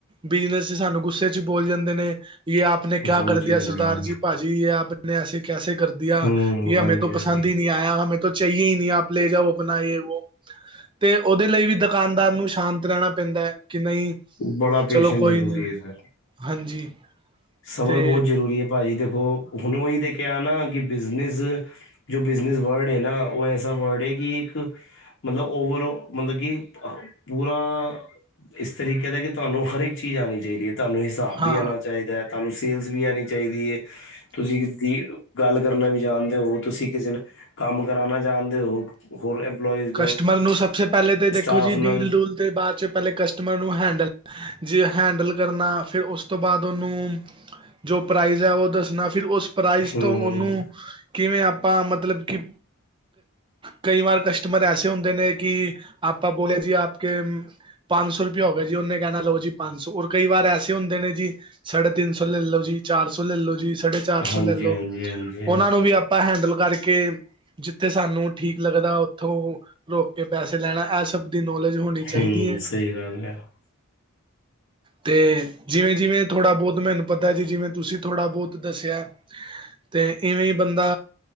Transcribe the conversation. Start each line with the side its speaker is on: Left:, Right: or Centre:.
Right: ਬਿਜਨਸ ਚ ਸਾਨੂੰ ਗੁੱਸੇ ਚ ਬੋਲ ਜਾਂਦੇ ਨੇ ਯੇ ਆਪ ਨੇ ਕਿਆ
Left: ਹਾਂਜੀ
Right: ਕਰਦਿਆ
Left: ਹਾਂਜੀ
Right: ਸਰਦਾਰ ਜੀ ਪਾਜੀ ਜੀ ਯੇ ਆਪਨੇ ਐਸੇ ਕੈਸੇ ਕਰਦਿਆ
Left: ਹਮ
Right: ਯੇਹ
Left: ਹਾਂਜੀ
Right: ਹਮੇ ਤੌ
Left: ਹਾਂਜੀ
Right: ਪਸੰਦ ਹੀ ਨਹੀਂ ਆਇਆ ਹਮੇ ਤੋ ਦੀ ਚਾਹੀਏ ਹੀ ਨਹੀਂ ਆਪ ਲੈ ਜਾਓ ਅਪਨਾ ਯੇ ਵੋ ਤੇ ਉਹਦੇ ਲਈ ਵੀ ਦੁਕਾਨਦਾਰ ਨੂੰ ਸ਼ਾਂਤ ਰਹਿਣਾ ਪੈਂਦੈ ਕਿ ਨਹੀਂ
Left: ਬੜਾ ਪੇਸ਼ੈਂਸ
Right: ਚਲੋ ਕੋਈ
Left: ਜ਼ਰੂਰੀ
Right: ਨੀ
Left: ਹੈ ਸਰ
Right: ਹਾਂਜੀ।
Left: ਸਬਰ
Right: ਤੇ
Left: ਬਹੁਤ ਜ਼ਰੂਰੀ ਹੈ ਭਾਜੀ ਦੇਖੋ, ਹੁਣ ਉਹੀ ਦੇ ਕਿਹਾ ਨਾ ਕਿ ਬਿਜਨਸ ਜੋ ਬਿਜਨਸ ਵਰਡ ਏ ਨਾ, ਉਹ ਐਸਾ ਵਰਡ ਏ ਕਿ ਇੱਕ ਮਤਲਬ ਓਵਰਔ ਮਤਲਬ ਕਿ ਪੂਰਾ ਇਸ ਤਰੀਕੇ ਦਾ ਕਿ ਤੁਹਾਨੂੰ ਹਰ ਇੱਕ ਚੀਜ਼ ਆਣੀ ਚਾਹੀਦੀ ਏ ਤੁਹਾਨੂੰ ਹਿਸਾਬ
Right: ਹਾਂ
Left: ਵੀ ਆਂਣਾ ਚਾਹੀ ਐ ਤੁਹਾਨੂੰ ਸੇਲਸ ਵੀ ਆਣੀ ਚਾਹੀਦੀ ਏ ਤੁਸੀਂ ਦੀ ਗੱਲ ਕਰਨਾ ਵੀ ਜਾਣਦੇ ਹੋ ਤੁਸੀਂ ਕਿਸੇ ਨੇ ਕੰਮ ਕਰਾਣਾ ਜਾਣਦੇ ਹੋ ਹੋਰ ਇੰਪਲੋਈਜ਼
Right: ਕਸਟਮਰ ਨੂੰ ਸਭ ਸੇ ਪਹਿਲੇ ਤੇ ਦੇਖੋ
Left: ਸਟਾਫ
Right: ਜੀ
Left: ਨਾਲ
Right: ਡੀਲ ਡੂਲ ਤੇ ਬਾਅਦ ਚ ਪਹਿਲੇ ਕਸਟਮਰ ਨੂੰ ਹੈਂਡਲ ਜੇ ਹੈਂਡਲ ਕਰਨਾ ਫਿਰ ਉਸ ਤੋਂ ਬਾਅਦ ਓਹਨੂੰ ਜੋ ਪ੍ਰਾਈਜ਼ ਹੈ ਉਹ ਦੱਸਣਾ ਫਿਰ ਉਸ ਪ੍ਰਾਈਜ਼
Left: ਹਮ
Right: ਤੋਂ ਉਹਨੂੰ ਕਿਵੇਂ ਆਪਾਂ ਮਤਲਬ ਕਿ ਕਈ ਵਾਰ ਕਸ਼ ਕਸ਼ਟਮਰ ਐਸੇ ਹੁੰਦੇ ਨੇ ਕਿ ਆਪਾਂ ਬੋਲੇ ਜੀ ਆਪ ਕੇ ਪਾਨਸੋ ਸੌ ਰੁਪਇਆ ਹੋ ਗਿਆ ਜੀ ਉਹਨੇ ਕਹਿਣਾ ਲਓ ਜੀ ਪੰਜ ਸੌ ਰ ਕਈ ਵਾਰ ਐਸੇ ਹੁੰਦੇ ਨੇ ਜੀ ਸਾਢੇ ਤਿੰਨ ਸੌ ਲੈਲੋ ਜੀ ਚਾਰ ਸੌ ਲੈਲੌ ਜੀ ਸਾਢੇ ਚਾਰ
Left: ਹਾਂਜੀ
Right: ਸੌ ਲੈਲੌ
Left: ਹਾਂਜੀ ਹਾਂਜੀ
Right: ਉਹਨਾ ਨੂੰ ਵੀ ਆਪਾ ਆਪਾਂ ਹੈਂਡਲ ਕਰਕੇ ਜਿੱਥੇ ਸਾਨੂੰ ਠੀਕ ਲੱਗਦਾ ਥੋਂ ਰੋਕ ਕੇ ਪੈਸੇ ਲੈਣਾ ਇਹ ਸਭ ਦੀ ਨੌਲੇਜ ਹੋਣੀ ਚਾਹੀਦੀ
Left: ਹਮ
Right: ਏ <inaudible>
Left: ਸਹੀ ਗੱਲ ਹੈ
Right: ਤੇ ਜਿਵੇਂ ਜਿਵੇਂ ਥੋੜਾ ਬਹੁਤ ਮੈਨੂੰ ਪਤਾ ਜੀ ਜਿਵੇਂ ਤੁਸੀਂ ਥੋੜਾ ਬਹੁਤ ਦਸਿਆ ਤੇ ਇਵੇਂ ਇ ਬੰਦਾ